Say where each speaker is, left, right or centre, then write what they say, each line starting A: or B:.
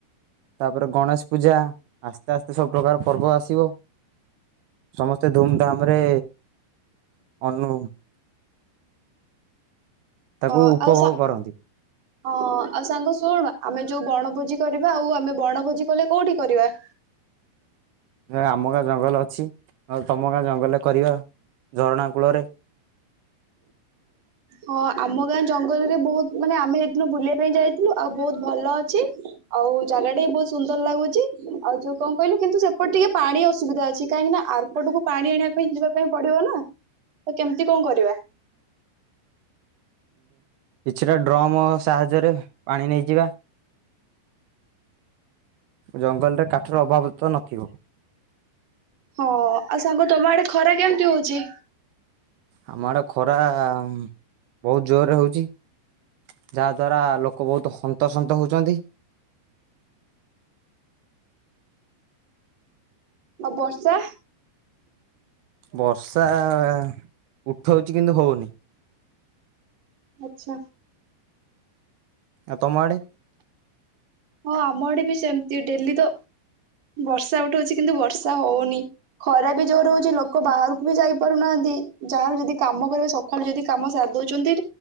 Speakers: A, on the right; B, on the right.
A: ତାପରେ ଗଣେଶ ପୂଜା ଆସ୍ତେ ଆସ୍ତେ ସବୁ ପ୍ରକାର ପର୍ବ ଆସିବ ସମସ୍ତେ ଧୁମଧାମ ରେ ଅନୁ ତାକୁ
B: ହଁ
A: ଉପଭୋଗ
B: ଆଉ ସା
A: କରନ୍ତି
B: ହଁ ଆଉ ସାଙ୍ଗ ଶୁଣ ଆମେ ଯୋଉ ବଣଭୋଜି କରିବା ଆଉ ଆମେ ବଣ ଭୋଜି କଲେ କୋଉଠି କରିବା
A: ଆମ ଗାଁ ଜଙ୍ଗଲ ଅଛି ତମ ଗାଁ ଜଙ୍ଗଲରେ କରିବା ଝରଣା କୂଳରେ
B: ହଁ ଆମ ଗାଁ ଜଙ୍ଗଲରେ ବହୁତ ମାନେ ଆମେ ସେଇିନୁ ବୁଲିବା ପାଇଁ ଯାଇଥିଲୁ ଆଉ ବହୁତ ଭଲ ଅଛି ଆଉ ଜାଗା ଟା ବି ବହୁତ ସୁନ୍ଦର ଲାଗୁଛି ଆଉ ଯୋଉ କଣ କହିଲୁ କିନ୍ତୁ ସେପଟ ଟିକେ ପାଣି ଅସୁବିଧା ଅଛି କାହିଁକି ନା ଆରପଟକୁ ପାଣି ଆଣିବା ପାଇଁ ଯିବା ପାଇଁ ପଡିବ ନା ତ କେମିତି କଣ କରିବା।
A: କିଛିଟା ଡ୍ରମ୍ ସାହାଯ୍ୟରେ ପାଣି ନେଇଯିବା ଜଙ୍ଗଲରେ କାଠର ଅଭାବ ତ ନଥିବ
B: ହଁ ଆଉ ସାଙ୍ଗ ତମ ଆଡେ ଖରା କେମତି ହଉଛି
A: ଆମ ଆଡ଼େ ଖରା ବହୁତ ଜୋରରେ ହଉଛି ଯାହାଦ୍ୱାରା ଲୋକ ବହୁତ ହନ୍ତସନ୍ତ ହଉଛନ୍ତି।
B: ଆଉ ବର୍ଷା
A: ବର୍ଷା ଉଠଉଛି କିନ୍ତୁ ହଉନି
B: ଆଚ୍ଛା
A: ଆଉ ତମ ଆଡ଼େ
B: ହଁ ଆମ ଆଡେ ବି ସେମତି ଡେଲି ତ ବର୍ଷା ଉଠଉଛି କିନ୍ତୁ ବର୍ଷା ହଉନି ଖରା ବି ଜୋର ହଉଛି ଲୋକ ବାହାରକୁ ବି ଯାଇ ପାରୁନାହାନ୍ତି। ଯାହାର ଯଦି କାମ କରିବ ସକାଳୁ ଯଦି କାମ ସାର ଦଉଛନ୍ତି